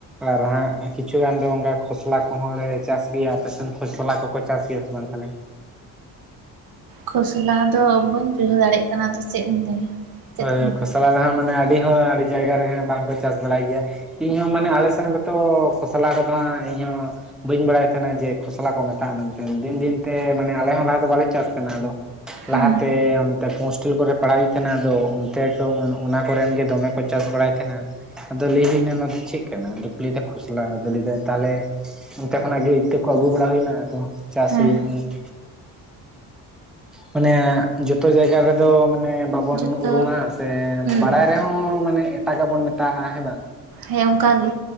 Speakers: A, in the centre; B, on the right.
A: ᱟᱨ ᱦᱟᱸᱜ ᱠᱤᱪᱷᱩ ᱜᱟᱱ ᱫᱚ ᱚᱱᱠᱟ ᱠᱷᱚᱥᱞᱟ ᱠᱚᱦᱚᱸ ᱪᱟᱥ ᱜᱮᱭᱟ, ᱟᱯᱮᱥᱮᱱ ᱠᱷᱚᱥᱚᱞᱟ ᱠᱚᱠᱚ ᱪᱟᱥ ᱜᱮᱭᱟ ᱥᱮ ᱵᱟᱝ ᱛᱟᱦᱚᱞᱮ?
B: ᱠᱷᱚᱥᱞᱟ ᱫᱚ ᱵᱟᱹᱧ ᱵᱩᱡᱷᱟᱹᱣ ᱫᱟᱲᱮᱭᱟᱜ ᱠᱟᱱᱟ ᱫᱚ ᱪᱮᱫ ᱤᱧ ᱞᱟᱹᱭᱟ᱾ ᱪᱮᱫ
A: ᱳᱭ
B: ᱠᱚ ᱢᱮᱛᱟᱜ
A: ᱠᱷᱚᱥᱞᱟ ᱫᱚ ᱦᱟᱸᱜ ᱢᱟᱱᱮ ᱟᱹᱰᱤ ᱦᱚᱸ ᱟᱹᱰᱤ ᱡᱟᱭᱜᱟ ᱨᱮᱜ ᱵᱟᱝ ᱠᱚ ᱪᱟᱥ ᱵᱟᱲᱟᱭ ᱜᱮᱭᱟ᱾ ᱤᱧ ᱦᱚᱸ ᱢᱟᱱᱮ ᱟᱞᱮ ᱥᱮᱱ ᱜᱮᱛᱚ ᱠᱷᱚᱥᱚᱞᱟ ᱠᱚᱫᱚ ᱦᱟᱜ ᱤᱧ ᱦᱚᱸ ᱵᱟᱹᱧ ᱵᱟᱲᱟᱭ ᱛᱟᱦᱮᱱᱟ ᱡᱮ ᱠᱷᱚᱥᱞᱟ ᱠᱚ ᱢᱮᱛᱟᱜᱼᱟ ᱢᱮᱱᱛᱮ ᱫᱤᱱ ᱫᱤᱱᱛᱮ ᱢᱟᱱᱮ ᱟᱞᱮ ᱦᱚᱸ ᱞᱟᱦᱟ ᱫᱚ ᱵᱟᱞᱮ ᱪᱟᱥ ᱛᱟᱦᱮᱱᱟ ᱟᱫᱚ
B: ᱦᱮᱸ
A: ᱞᱟᱦᱟᱛᱮ ᱚᱱᱛᱮ ᱦᱳᱥᱴᱮᱞ ᱠᱚᱨᱮ ᱯᱟᱲᱦᱟᱣᱮᱫ ᱛᱟᱦᱮᱱᱟ᱾ ᱫᱚ ᱚᱱᱛᱮ ᱛᱚ ᱚᱱᱟ ᱠᱚᱨᱮᱱ ᱜᱮ ᱫᱚᱢᱮ ᱠᱚ ᱪᱟᱥ ᱵᱟᱲᱟᱭ ᱛᱟᱦᱮᱱᱟ ᱾ ᱟᱫᱚ ᱞᱟᱹᱭ ᱦᱩᱭᱱᱟ ᱱᱚᱣᱟ ᱫᱚ ᱪᱮᱫ ᱠᱟᱱᱟ? ᱟᱫᱚ ᱠᱚ ᱞᱟᱹᱭᱫᱟ ᱠᱷᱚᱥᱞᱟ ᱟᱫᱚ ᱞᱟᱹᱭᱼᱫᱟᱭ ᱛᱟᱦᱚᱞᱮ ᱚᱱᱛᱮ ᱠᱷᱚᱱᱼᱟᱜ ᱜᱮ ᱤᱛᱟᱹ ᱠᱚ ᱟᱹᱜᱩ ᱵᱟᱲᱟ ᱦᱩᱭᱱᱟ ᱟᱫᱚ ᱪᱟᱥ
B: ᱦᱮᱸ
A: ᱦᱩᱭᱱᱟ ᱾ ᱢᱟᱱᱮ ᱡᱚᱛᱚ ᱡᱟᱭᱜᱟ ᱨᱮ ᱫᱚ ᱢᱟᱱᱮ ᱵᱟᱝ ᱵᱚᱱ
B: ᱡᱚᱛᱚ
A: ᱩᱨᱩᱢᱟ ᱥᱮ
B: ᱦᱩᱸ
A: ᱵᱟᱲᱟᱭ ᱨᱮᱦᱚᱸᱢ ᱢᱟᱱᱮ ᱮᱴᱟᱜᱟᱜ ᱵᱚᱱ ᱢᱮᱛᱟᱜᱼᱟ ᱦᱮᱸ ᱵᱟᱝ‌ ᱾
B: ᱦᱮᱸ ᱚᱱᱠᱟ ᱜᱮ